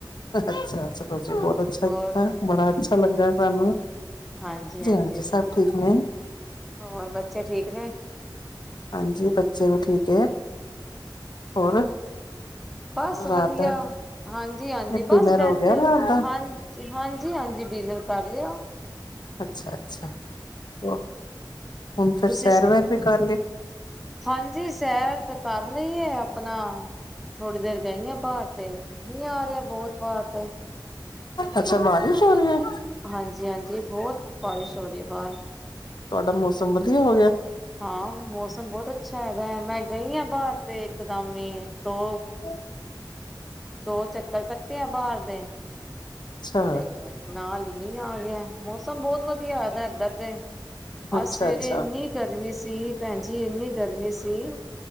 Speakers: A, on the left (about 65°); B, in the centre.
A: ਅੱਛਾ-ਅੱਛਾ ਤੁਸੀ ਬੋਤ ਅੱਛਾ
B: ਹੋਰ
A: ਕੀਤਾ, ਬੜਾ ਅੱਛਾ ਲੱਗਾ ਤਾਨੂੰ
B: ਹਾਂਜੀ-ਹਾਂਜੀ।
A: ਹਾਂਜੀ, ਸਭ ਠੀਕ ਨੇ
B: ਹੋਰ ਬੱਚੇ ਠੀਕ ਨੇ
A: ਹਾਂਜੀ, ਬੱਚੇ ਵੀ ਠੀਕ ਏ। ਹੋਰ
B: ਬਾੱਸ
A: ਰਾਤ
B: ਵਦੀਆ‌
A: ਦਾ
B: ਹਾਂਜੀ-ਹਾਂਜੀ
A: ਡਿਨਰ
B: ਬਾੱਸ ਬੈਠੇ
A: ਹੋ ਗਿਆ ਰਾਤ ਦਾ
B: ਹਾਂ ਹਾਂਜੀ-ਹਾਂਜੀ ਡੀਨਰ ਕਾੱਰ ਲੇਆ।
A: ਅੱਛਾ-ਅੱਛਾ ਹੋਰ ਹੁਨ ਫੇਰ
B: ਤੁਸੀਂ
A: ਸੈਰ
B: ਸੁਣਾ
A: ਵੈਰ ਵੀ ਕਾਰਲੀ।
B: ਹਾਂਜੀ, ਸੈਰ ਤੇ ਕਾਰਲੀ ਏ ਆਪਨਾ ਥੋੜੀ ਦੇਰ ਗਈ ਆ ਬਾਰ ਤੇ, ਮੀ ਆ ਰੇਆ ਬੋਤ ਬਾਰ ਤੇ।
A: ਅੱਛਾ ਬਾਰਿਸ਼ ਹੋਰੀ ਏ?
B: ਹਾਂਜੀ-ਹਾਂਜੀ, ਬੋਤ ਬਾਰਿਸ਼ ਹੋਰੀ ਏ ਬਾਰ।
A: ਤੋਆਡਾ ਮੌਸਮ ਵਦੀਆ ਹੋਗੇਆ।
B: ਹਾਂ, ਮੌਸਮ ਬੋਤ ਅੱਛਾ ਹੈਗਾ ਐ, ਮੈਂ ਗਈ ਆ ਬਾਰ ਤੇ ਏਕਦਮ ਈ ਦੋ
A: <inaudible>
B: ਦੋ ਚੱਕਰ ਕੱਟੇ ਐ ਬਾਰ ਦੇ
A: ਅੱਛਾ
B: ਤੇ ਨਾਲ ਈ ਮੀਂ ਆਗੇਆ, ਮੌਸਮ ਬੋਤ ਵਦੀਆ ਹੋਆ ਦਾ ਏਧਰ ਤੇ ਆੱਜ
A: ਅੱਛਾ
B: ਸਵੇਰੇ
A: ਅੱਛਾ
B: ਏਨੀ ਗਰਮੀ ਸੀ, ਪੈਂਜੀ ਏਨੀ ਗਰਮੀ ਸੀ।